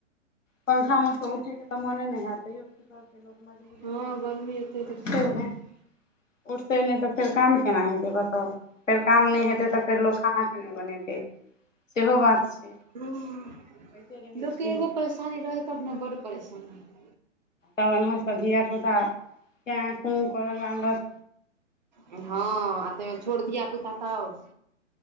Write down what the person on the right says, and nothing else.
हँ
गर्मी एते
तऽ की करबै
हुं
-
लोकके
एग्गो परेशानी रहै तब ने, बड्ड परेशानी
हँ, आ तय मे छोट धिया पुता त और